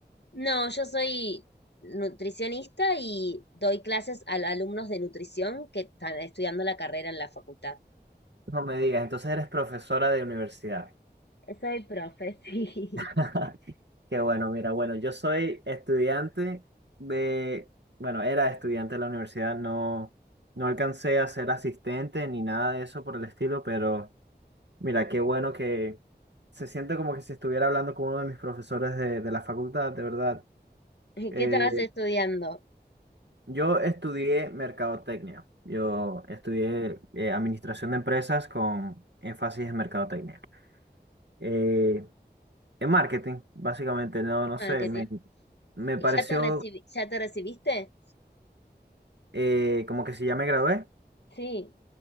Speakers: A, on the left; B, on the right.
A: No, yo soy nutricionista y doy clases a alumnos de nutrición que están estudiando la carrera en la facultad.
B: No me digas, entonces eres profesora de universidad.
A: Soy profe, <laughs> sí.
B: <laughs> Qué bueno, mira, bueno, yo soy estudiante de, bueno, era estudiante de la universidad, no, no alcancé a ser asistente ni nada de eso por el estilo, pero mira, qué bueno que se siente como que si estuviera hablando con uno de mis profesores de, de la facultad, de verdad.
A: <laughs>
B: Eh,
A: ¿Qué estabas estudiando?
B: yo estudié mercadotecnia, yo estudié eh, administración de empresas con énfasis en mercadotecnia. Eh, en marketing, básicamente, no, no sé,
A: Marketing.
B: me, me
A: ¿Y
B: pareció
A: ya te recibi- ya te recibiste?
B: Eh, como que si ya me gradué.
A: Sí.